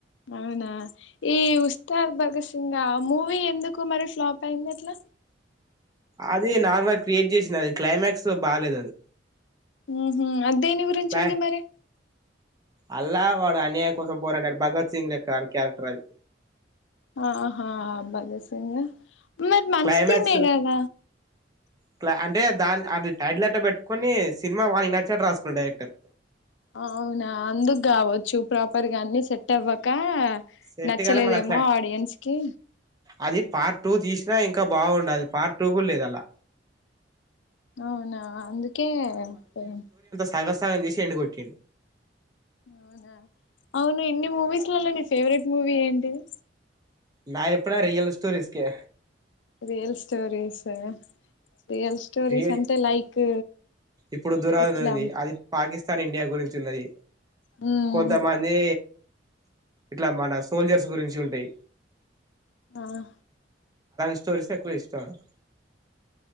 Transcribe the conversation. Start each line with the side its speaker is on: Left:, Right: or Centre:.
Left: అవునా ఈ ఉస్తాద్ భగత్ సింగ మూవీ ఎందుకు మరి ఫ్లాప్ అయింది అట్లా
Right: అది నార్మల్గా క్రియేట్ చేసింది అది క్లైమాక్స్ బాలేదు అది
Left: ఉహు దేనిగురుంచి
Right: క్లై
Left: ఉంది మరి
Right: అల్లా వాడు అన్యాయ కొసం పోరాడాడు భగత్ సింగ్ లెక్క క్యారెక్టర్ అది
Left: ఆహా భగత్ సింగ్ మీరు మంచి
Right: క్లైమాక్స్
Left: టీమే గద
Right: క్ల అంటే దాన్ అది టైటిల్ అట్ట పెట్టుకొని సినిమా వాళ్లు నచ్చినట్ రాసుకుండు డైరెక్టర్
Left: అవునా అందుకు గావచ్చు ప్రాపర్గా అన్ని సెట్ అవ్వక
Right: సెట్
Left: నచ్చలేదేమో
Right: కాలే మళ్ళ క్లై
Left: ఆడియన్స్ కి
Right: అది పార్ట్ టూ తీసినా ఇంకా బాగుండది. పార్ట్ టూ కూడా లేదంలా
Left: అవునా అందుకే పోయింది.
Right: తగం సగం చేసి ఎండు కొట్టిండు
Left: అవునా అవును ఇన్ని మూవీస్లళ్లా నీ ఫేవరెట్ మూవీ ఏంటిది.
Right: నాద్ ఎప్పుడా రియల్ స్టోరీస్కే
Left: real stories real stories
Right: create
Left: అంటే లైక్
Right: ఇప్పుడు దురందది
Left: ఇట్లా
Right: అది పాకిస్తాన్ ఇండియా గురించి ఉన్నది.
Left: ఉమ్
Right: కొంతమంది ఇట్లా మన సోల్జర్స్ గురించి ఉంటయ్
Left: ఆహ
Right: స్టోరీస్ ఎక్కువ ఇష్టం నాకు